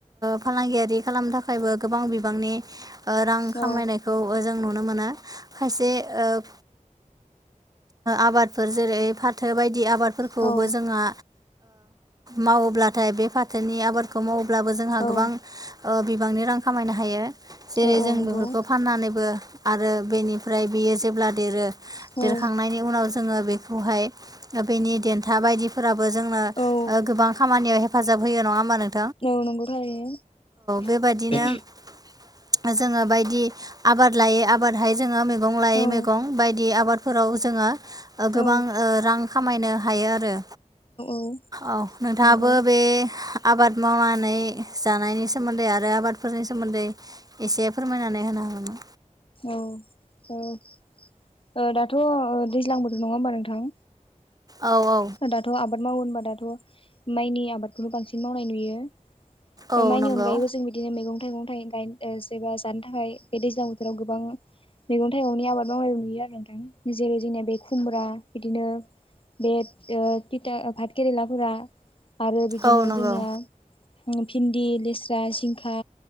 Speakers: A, on the right; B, on the left.
A: फालांगियारि खालामनो थाखायबो गोबां बिबांनि रां खामायनायखौ
B: औ
A: खौ ओ जों नुनो मोनो खायसे ओ‌ आबादफोर जेरै फाथो बायदि आबादफोरखौबो
B: औ
A: जोंहा मावोब्लाथाय बे फाथोनि आबादखौ मावोब्लाबो जोंहा
B: औ
A: गोबां ओ बिबांनि रां खामायनो हायो जेरै
B: औ औ
A: जों
B: नंगौ
A: ओ बेफोरखौ फाननानैबो आरो बेनिफ्राय बेयो जेब्ला देरो
B: औ
A: देरखांनायनि उनाव जोंङो बेखौहाय बेनि देन्था बायदिफोराबो जोंनो
B: औ
A: गोबां खामानियाव हेफाजाब होयो नंङा होनबा?
B: औ नंगौ थारैनो
A: बेबादिनो
B: <unintelligible>
A: जोङो बायदि आबाद लायै आबादहाय जोङो मैगं लायै
B: औ
A: मैगं बायदि आबादफोराव जोङा गोबां
B: औ
A: रां खामायनो हायो आरो।
B: औ
A: औ नोंथाङाबो
B: नंगौ औ
A: बे आबाद मावनानै जानायनि सोमोन्दै आरो आबादफोरनि सोमोन्दै एसे फोर हानो हागोन नामा?
B: औ औ दाथ' दैज्लां बोथोर नङा होमबा नोंथां?
A: औ औ।
B: दाथ आबाद मावो होनबा दाथ माइनि आबादखौनो बांसिन मावनाय नुयो।
A: औ
B: माइनि
A: नंगौ
B: अनगायैबो जों बिदिनो मैगं थाइगं थाइ गायनो जबा जानो थाखाय बे दैज्लां बोथोराव गोबां। मैगं थाइगंनि आबाद मावनाय नुयो आरो नोंथां जेरै जोंनिया बे खुमब्रा बिदिनो बे थिथा भाट केेरेलाफोरा आरो बिदिनो
A: औ नंगौ
B: जोंनिया भिन्दि, लेस्रा, जिंखा